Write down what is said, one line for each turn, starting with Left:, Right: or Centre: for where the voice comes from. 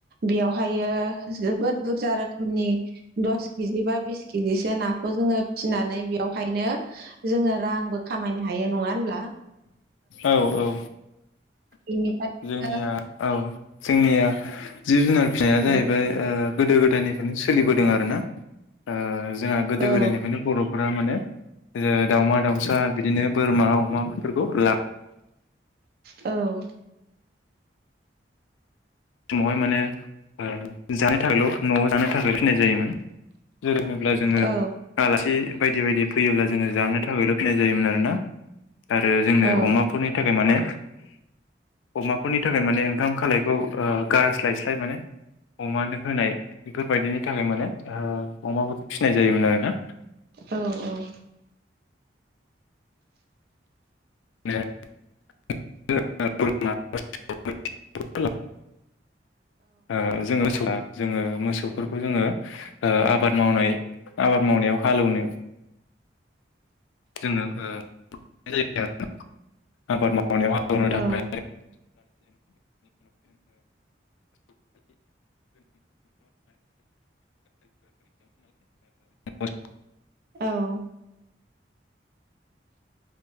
Right: बेयावहायो जोबोद बुरजा रोखोनि फास केजि बा बिस केजिसो नाखौ जोङो फिनानै बेयावहायनो जोङो रांबो खामाय हायो नङा होनब्ला
Left: औ औ
Right: बिनिफायनो
Left: जोंनिया औ जोंनिया जिब जुनार फिसिनाया जाहैबाय
Right: औ
Left: ओ गोदो गोदायनिफ्रायनो सोलिबोदों आरो ना ओ जोंहा गोदो
Right: औ
Left: गोदायनिफ्रायनो बर'फोरा माने ओ दाउमा दाउसा बिदिनो बोरमा अमा बेफोरखौ ला
Right: औ
Left: समावहाय माने ओ जानाय थाखायल' न'आव जानो थाखायल' फिनाय जायोमोन जेरैनो अब्ला जोंङो
Right: औ
Left: आलासि बायदि बायदि फैयोब्ला जोंङो जानो थाखायल' फिनाय जायोमोन आरोना आरो जोंनो
Right: औ
Left: अमाफोरनि थाखाय माने अमाफोरनि थाखाय माने ओंखाम खालायखौ ओ गारस्लायस्लाय माने अमानो होनाय बेफोरबायदिनि थाखाय माने ओ अमाफोरखौ फिसिनाय जायोमोन आरोना
Right: औ औ
Left: <unintelligible> ओ जोङो <unintelligible> जोङो मोसौफोरखौ जोङो ओ आबाद मावनाय आबाद मावनायाव हालौवनो जोंनो ओ <unintelligible> आबाद माव मावनायाव हालौनो थाखाय
Right: औ
Left: <unintelligible> <unintelligible>
Right: औ